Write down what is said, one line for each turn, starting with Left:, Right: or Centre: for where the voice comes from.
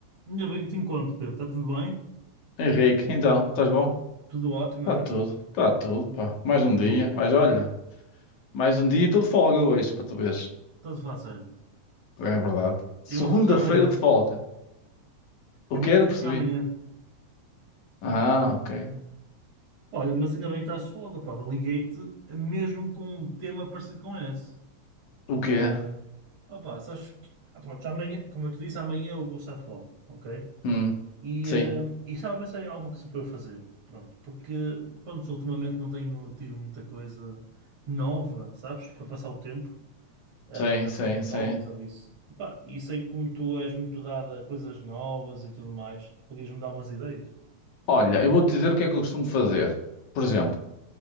Right: Ainda bem que te encontro, Pedro. Está tudo bem?
Left: Henrique, então, estás bom?
Right: Tudo ótimo,
Left: Está
Right: amigo.
Left: tudo, está tudo, pá. Mais um dia,
Right: Boa.
Left: mas olha, mais um dia e estou folga hoje, para tu veres.
Right: Está-se fácil.
Left: É verdade. Segunda-feira
Right: Eu vou encontrar amanhã.
Left: de folga. O
Right: Eu
Left: quê?
Right: vou te ligar
Left: Não percebi.
Right: amanhã.
Left: Ah, ok.
Right: Olha, mas ainda bem que estás de folga, pá. Liguei-te mesmo com um tema parecido com esse.
Left: O quê?
Right: Opa, sabes? que- ah, Pronto, já amanhã, como eu te disse, amanhã eu vou estar de folga, ok?
Left: Hum,
Right: E,
Left: sim,
Right: hum, e estava a pensar em alguma coisa para eu fazer. Pronto, porque, pronto, ultimamente não tenho tido muita coisa nova, sabes? Para passar o tempo. ah,
Left: sim, sim,
Right: alguns
Left: sim.
Right: novos ou isso. Pá, e sei como tu és muito dada a coisas novas e tudo mais. Podias-me dar umas ideias?
Left: Olha, eu vou-te dizer o que é que eu costumo fazer. Por exemplo,